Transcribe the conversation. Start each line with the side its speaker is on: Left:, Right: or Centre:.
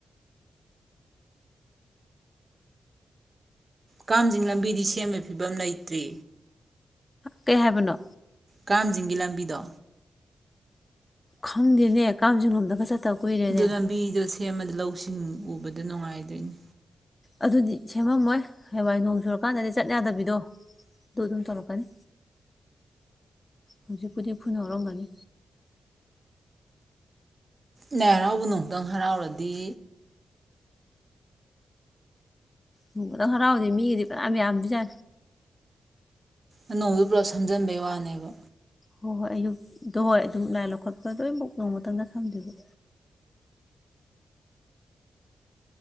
Right: ꯀꯥꯝꯖꯤꯡ ꯂꯝꯕꯤꯗꯤ ꯁꯦꯝꯕ ꯐꯤꯕꯝ ꯂꯩꯇ꯭ꯔꯤ
Left: ꯀꯩ ꯍꯥꯏꯕꯅꯣ
Right: ꯀꯥꯝꯖꯤꯡꯒꯤ ꯂꯝꯕꯤꯗꯣ
Left: ꯈꯪꯗꯦꯅꯦ ꯀꯥꯝꯖꯤ ꯂꯣꯝꯗꯥꯒꯥ ꯆꯠꯇꯕ ꯀꯨꯏꯔꯦꯅꯦ
Right: ꯑꯗꯨ ꯂꯝꯕꯤꯗꯣ ꯁꯦꯝꯃꯗ ꯂꯧꯁꯤꯡ ꯎꯕꯗ ꯅꯨꯡꯉꯥꯏꯗꯣꯏꯅꯤ
Left: ꯑꯗꯨꯗꯤ ꯁꯦꯝꯃꯝꯃꯣꯏ ꯍꯋꯥꯏ ꯅꯣꯡ ꯆꯨꯔꯀꯥꯟꯗꯗꯤ ꯆꯠ ꯌꯥꯗꯕꯤꯗꯣ ꯗꯗꯨꯝ ꯇꯧꯔꯛꯀꯅꯤ ꯍꯧꯖꯤꯛꯄꯨꯗꯤ ꯈꯨꯟ ꯌꯧꯔꯛꯑꯥꯝꯃꯅꯤ
Right: ꯂꯥꯏ ꯍꯔꯥꯎꯕ ꯅꯣꯡ ꯑꯃꯨꯛꯇꯪ ꯍꯔꯥꯎꯔꯗꯤ ꯗꯤ
Left: ꯅꯣꯡꯃꯗꯪ ꯍꯔꯥꯎꯗꯤ ꯃꯤꯒꯤꯗꯤ ꯐꯅꯌꯥꯝ ꯌꯥꯝꯗꯤꯅꯤꯗ
Right: ꯑꯅꯧꯗꯨ ꯄꯨꯂꯞ ꯁꯝꯖꯟꯕꯩ ꯋꯥꯅꯦꯕ
Left: ꯍꯣꯏ ꯍꯣꯏ ꯑꯌꯨꯛꯇꯛꯇꯣ ꯍꯣꯏ ꯑꯗꯨꯝ ꯂꯥꯏ ꯂꯧꯈꯠꯄ ꯂꯣꯏꯃꯨꯛ ꯅꯣꯡꯃꯇꯗ ꯁꯝꯗꯣꯏꯕ